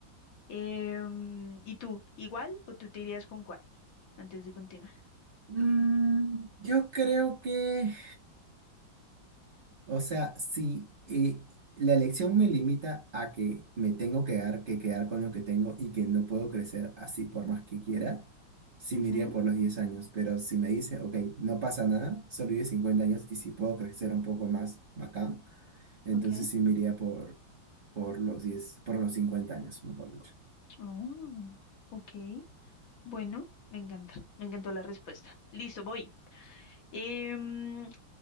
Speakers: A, on the left; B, on the right.
A: Em, ¿y tú, igual o tú te irías con cuál antes de continuar?
B: Mm, yo creo que O sea, si eh, la elección me limita a que me tengo que dar, que quedar con lo que tengo y que no puedo crecer así por más que quiera, sí
A: Ujú,
B: me iría por los 10 años. Pero si me dice, ok, no pasa nada, solo vive 50 años y si puedo crecer un poco más, bacán, entonces
A: ok.
B: sí me iría por, por los 10, por los 50 años, mejor dicho.
A: Oh, ok. Bueno, me encanta. Me encantó la respuesta. Listo, voy. Em,